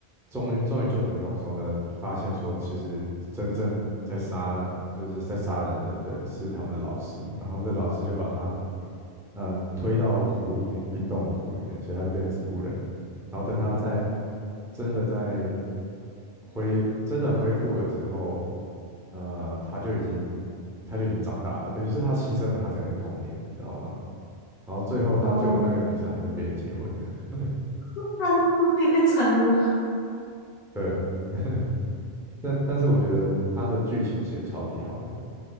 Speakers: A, in the centre; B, on the left.
A: 终于终于救成跟我说呢，发现说其实真正在杀就是在杀人的人是他们的老师，然后他们的老师就把他呃推到湖里面，冰冻的湖里面，所以他就变植物人。然后等他在真的在恢真的恢复了之后，呃，他就已经他就已经长大了，等于是他牺牲了他整个童年，你知道吗？然后最后他救的那个女生还跟别人结婚了
B: 哦，好惨哦，这也太惨了吧。
A: <laughs> 对啊。<laughs> 但但是我觉得他的剧情写的超级好的，